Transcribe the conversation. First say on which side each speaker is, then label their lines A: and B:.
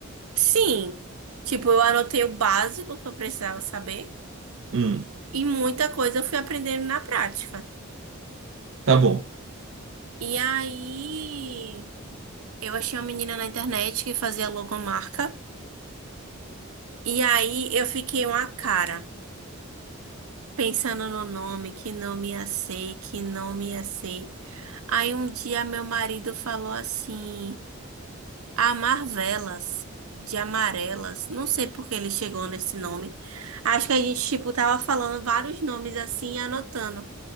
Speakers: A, on the right; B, on the right.
A: sim. Tipo, eu anotei o básico que eu precisava saber.
B: Hum,
A: E muita coisa eu fui aprendendo na prática.
B: tá bom.
A: E aí, eu achei uma menina na internet que fazia logomarca. E aí, eu fiquei uma cara, pensando no nome, que nome ia ser, que nome ia ser. Aí, um dia, meu marido falou assim. Amar velas de amarelas. Não sei por que ele chegou nesse nome. Acho que a gente, tipo, tava falando vários nomes assim e anotando.